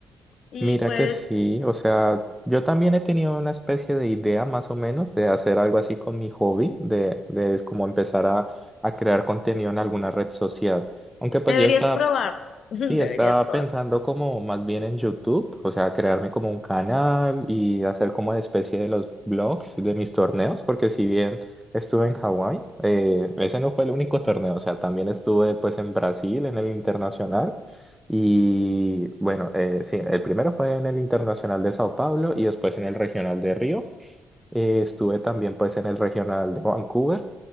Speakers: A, on the left; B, in the centre.
A: y
B: Mira
A: pues
B: que sí, o sea, yo también he tenido una especie de idea más o menos de hacer algo así con mi hobby, de, de como empezar a, a crear contenido en alguna red social. Aunque pues
A: deberías
B: yo estaba
A: probarlo, <laughs>
B: Sí,
A: deberías
B: estaba
A: probarlo.
B: pensando como más bien en YouTube, o sea, crearme como un canal y hacer como una especie de los blogs de mis torneos, porque si bien estuve en Hawái, eh, ese no fue el único torneo, o sea, también estuve pues en Brasil, en el internacional, y bueno, eh, sí, el primero fue en el internacional de Sao Paulo y después en el regional de Río, Eh, estuve también pues en el regional de Vancouver.